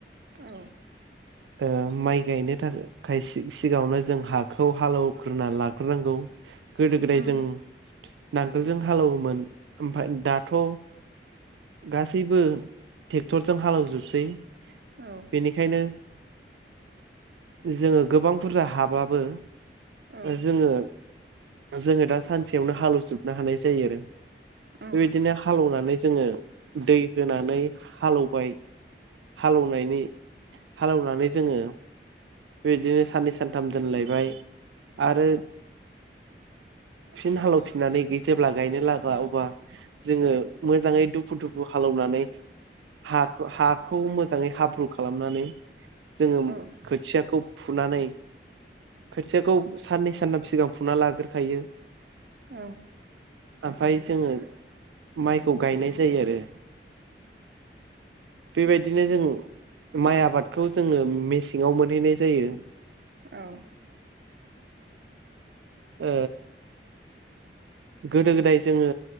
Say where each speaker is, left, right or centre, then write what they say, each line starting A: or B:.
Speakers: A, on the right (about 60°); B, on the right (about 85°).
A: औ
B: ओ माइ गायनो थाखाय सिगाङावनो जों हाखौ हालौवग्रोना लाग्रोनांगौ गोदो गोदाय
A: उम
B: जों नांगोलजों हालौवोमोन ओमफ्राय दाथ' गासैबो ट्रेक्टरजों हालेवजोबसै।
A: औ
B: बेनिखायनो जोङो गोबां बुरजा हाबाबबो
A: औ
B: जोङो जोङो दा सानसेयावनो हालवजोबनो हानाय जायो आरो। बेबायदिनो
A: औ
B: हालेवनानै जोङो दै होनानै हालौवबाय हालेनायनि हालौनानै जोङो बेबायदिनो साननै सानथाम दोनलायबाय आरो
A: <inaudible>
B: फिन हालवफिननानै जेब्ला गायनो लागा अब्ला जोङो मोजाङै दुफु दुफु खालामनानै हा हाखौ मोजाङै हाब्रु खालामनानै जोङो
A: <unintelligible>
B: खोथियाखौ फुनानै खोथियाखौ साननै सानथाम सिगां फुना लाग्रोखायो
A: औ
B: ओमफ्राय जोङो माइखौ गायनाय जायो आरो। बेबायदिनो जों माइ आबादखौ जोङो मेसेङाव मोनहैनाय जायो।
A: औ
B: ओ गोदो गोदाय जोङो